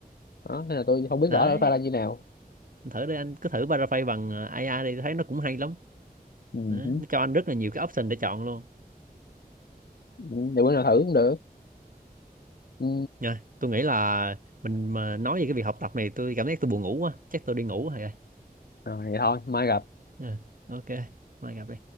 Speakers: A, on the left; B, on the right.
A: đó nên là tôi không biết
B: Đấy,
A: rõ là nó pha ra như nào
B: anh thử đi anh cứ thử paraphrase bằng ờ, AI đi tôi thấy nó cũng hay lắm.
A: ừ.
B: Đó. Nó
A: hử.
B: cho anh rất là nhiều cái option để chọn luôn.
A: Ừ, để bữa nào thử cũng được ừ.
B: Rồi, tôi nghĩ là mình mà nói về cái việc học tập này tôi cảm thấy tôi buồn ngủ quá, chắc tôi đi ngủ rồi.
A: rồi vậy thôi mai gặp
B: Rồi, ok, mai gặp đi.